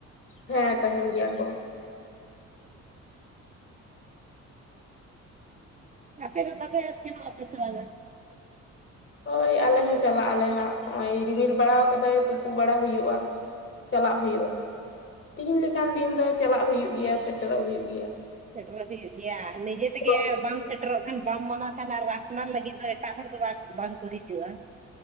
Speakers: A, on the left; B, on the right.
A: ᱦᱮᱸ ᱛᱟᱦᱮᱱ ᱜᱮᱭᱟ ᱠᱚ
B: ᱟᱯᱮ ᱫᱚ ᱛᱚᱵᱮ ᱥᱮᱱᱚᱜ ᱟᱯᱮᱥᱮ ᱵᱟᱝᱟ
A: ᱦᱳᱭ ᱟᱞᱮ ᱦᱚᱸ ᱪᱟᱞᱟᱜ ᱟᱞᱮ ᱦᱟᱸᱜ ᱱᱚᱜ ᱚᱭ ᱨᱤᱢᱤᱞ ᱵᱟᱲᱟ ᱟᱠᱟᱫᱟᱭ ᱛᱩᱯᱩ ᱵᱟᱲᱟ ᱦᱩᱭᱩᱜᱼᱟ ᱪᱟᱞᱟᱜ ᱦᱩᱭᱩᱜᱼᱟ ᱛᱤᱦᱤᱧ ᱞᱮᱠᱟᱱ ᱫᱤᱱ ᱫᱚ ᱪᱟᱞᱟᱜ ᱦᱩᱭᱩᱜ ᱜᱮᱭᱟ ᱥᱮᱴᱮᱨᱚᱜ ᱦᱩᱭᱩᱜ ᱜᱮᱭᱟ
B: ᱥᱮᱴᱮᱨ ᱦᱩᱭᱩᱜ ᱜᱮᱭᱟ ᱱᱤᱡᱮ ᱛᱮᱜᱮ
A: ᱦᱳᱭ
B: ᱵᱟᱝ ᱥᱮᱴᱮᱨᱚᱜ ᱠᱷᱟᱱ ᱵᱟᱢ ᱢᱟᱱᱟ ᱠᱷᱟᱱ ᱟᱨ ᱟᱯᱱᱟᱨ ᱞᱟᱹᱜᱤᱫ ᱫᱚ ᱮᱴᱟᱜ ᱦᱚᱲ ᱫᱚ ᱵᱟᱝᱠᱚ ᱦᱤᱡᱩᱜᱼᱟ